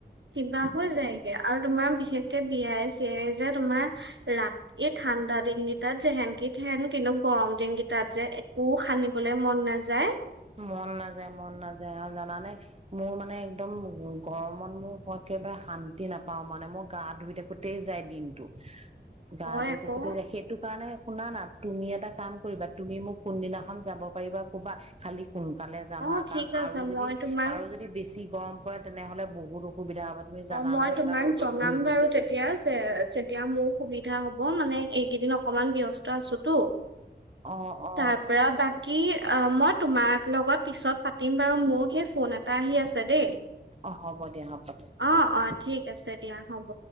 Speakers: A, on the right; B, on the right.
A: কিবা হৈ যায়গে আৰু তোমাৰ বিশেষকে বিয়াই চিয়াই যে তোমাৰ ৰা এই ঠাণ্ডাদিন, তাত <unintelligible> <unintelligible> কিন্তু গৰম দিনকেইটাত যে <unintelligible> সানিবলে মন নাযায় যায়
B: মন নাযায় মন নাযায় আৰু জানানে, <unintelligible> মোৰ মানে একদম গৰমত মোৰ মই একেবাৰে শান্তি নাপাওঁ মানে মই গা ধুই থাকোতেই যায় দিনটো। গা
A: হয়
B: ধুই
A: আকৌ
B: থাকোঁতে যায় সেইটো কাৰণে শুনাানা তুমি এটা কাম কৰিবা তুমি মোক কোনদিনাখন যাব পাৰিবা কবা খালী, সোনকালে যাম
A: অ',
B: হা কাৰণ
A: ঠিক আছে
B: আৰু যদি
A: মই তোমাক
B: আৰু যদি বেছি গৰম পৰে তেনেহ'লে বহুত অসুবিধা হ'ব তুমি জানা
A: অ মই
B: নহয়
A: তোমাক
B: ইমান ৰ'দত
A: জনাম
B: ঘূৰি ফুৰিবলৈ
A: বাৰু তেতিয়া যে যেতিয়া মোৰ সুবিধা হ'ব মানে এইকেইদিন অকণমান ব্যস্ত আছোতো
B: অ অ
A: তাৰ পৰা বাকী অ <unintelligible> তোমাক লগত পিছত পাতিম বাৰু মোৰ সেই ফোন এটা আহি আছে দেই
B: অ হ'ব দিয়া <unintelligible>
A: অ'
B: আছে
A: অ' ঠিক আছে দিয়া হ'ব।